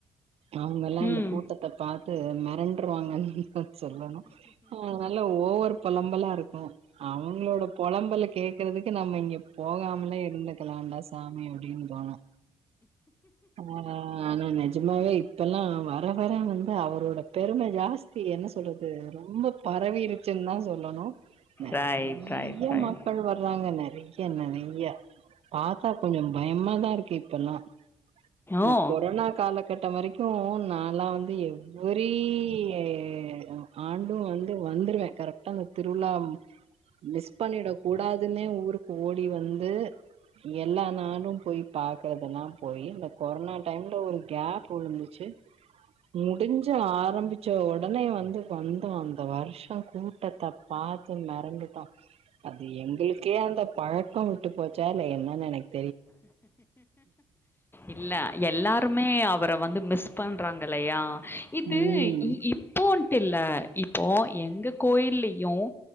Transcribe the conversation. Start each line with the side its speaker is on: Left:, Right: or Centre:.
Right: அவங்கல்லா இந்த
Left: ம்.
Right: கூட்டத்த பாத்து மெரண்டுருவாங்கன் சொல்லணும் ஓ <unintelligible> ஓவர் பொலம்பலா இருக் கு அவங்களோட பொழம்பல கேக்கறதுக்கு நம்ம இங்க போகாமலே இருந்துக்கலாம்டா சாமி அப்டின் தோணு ஆ ஆனா நெஜமாவே இப்பல்லா வர வர வந்து அவரோட பெரும ஜாஸ்தி என்ன சொல்றது ரொம் பரவிருச்சுன் தா சொல்லணு நெறைய
Left: ரைட், ரைட், ரைட்.
Right: மக்கள் வர்றாங்க நெறைய நெறைய பாத்தா கொஞ்சோ பய பயமா தா இருக்கு இப்பல்லா இந்த
Left: ஓ!
Right: கொரோனா காலகட்ட வரைக்கு கு நாளா வந்து எ ஒரீயே எடோ ஆண்டு வந் து வந்துருவே கரெக்டா இந்த திருவிழாம் மிஸ் பண்ணிட கூடாதுன்னே ஊருக்கு ஓடி வந்து எல்லா நாளும் போய் பாக்குறதல்லா போயி இந்த கொரோனா டைம்ல ஒரு கேப் விழுந்துச்சு முடிஞ்ச ஆரம்பிச்ச உடனே வந்து வந்தோ அந்த வருஷோ கூட்டத்த பாத்து மெறண்டுட்டோ அது எங்களுக்கே அந்த பழக்கோ விட்டு போச்சா இல்ல என்ன நெனைக்
Left: இல்ல எல்லா ருமே அவர வந்து மிஸ் பண்றாங்க இல்லயா இது
Right: ம்
Left: இ இப்போன்ட்டு இல்ல இப்போ எங்க கோயில்லயும்